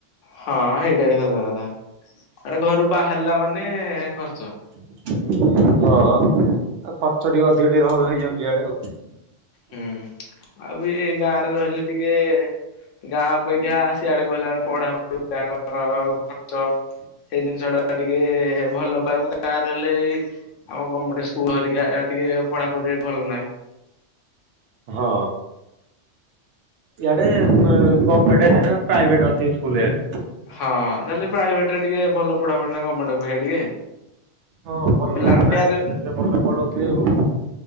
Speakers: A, on the left; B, on the right.
A: ହଁ ହେଇଟା ବି ସତ କଥା ଆଟେ ଘରୁ ବାହାରିଲା ମାନେ ଖର୍ଚ୍ଚ
B: ହଁ ଖର୍ଚ୍ଚ ଟିକେ ଅଧିକ ଟିକେ ରିବ ହେଇଯାଉଛି ଇଆଡେ ଆଉ
A: ହୁଁ ଆଉ ବି ଗାଁରେ ରହିଲେ ଟିକେ ଗାଁ ଅପେକ୍ଷା ସିଆଡେ କହିଲା ବେଳେ ପଢାପଢି ଖର୍ଚ୍ଚ ସେଇ ଜିନିଷ ଟା ଟିକେ ଭଲ ପାଇବୁ ଗାଁ ରହିଲେ ଏଇ ଆମ ଗମଟ ସ୍କୁଲ ହେରିକା ଟିକେ ପଢାପଢି ଭଲ ନାହିଁ
B: ହଁ ଆଡେ ମ ଗୋମେଣ୍ଡ ପ୍ରାଇଭେଟ ଅଧିକ ସ୍କୁଲ ଇଆଡେ
A: ହଁ ତାହେଲେ ପ୍ରାଇଭେଟ ରେ ଟିକେ ଭଲ ପଢାପଢି ନା ଗର୍ଣ୍ଣମେଣ୍ଟ ଅପେକ୍ଷା ଟିକେ।
B: ହଁ ଭଲ
A: ପିଲାଙ୍କ
B: ପ୍ରାଇଭେଟ
A: କ୍ୟାରିୟର
B: ଭଲ ପଢଉଥିବ ଆଉ।